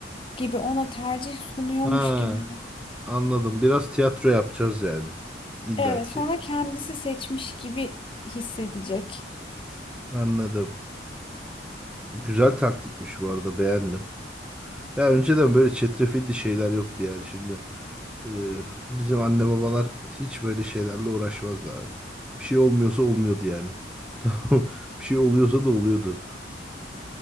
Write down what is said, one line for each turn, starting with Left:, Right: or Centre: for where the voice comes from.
Left: gibi ona tercih sunuyormuş
Centre: Ha,
Left: gibi.
Centre: anladım. Biraz tiyatro yapacağız yani. İlla
Left: Evet
Centre: ki.
Left: sonra kendisi seçmiş gibi hissedecek.
Centre: Anladım. Güzel taktikmiş bu arada beğendim. Ya önceden böyle çetrefilli şeyler yoktu yani şimdi. Ee, bizim anne babalar hiç böyle şeylerle uğraşmazdı abi. Bir şey olmuyorsa olmuyordu yani. <laughs> Tamam. Bir şey oluyorsa da oluyordu.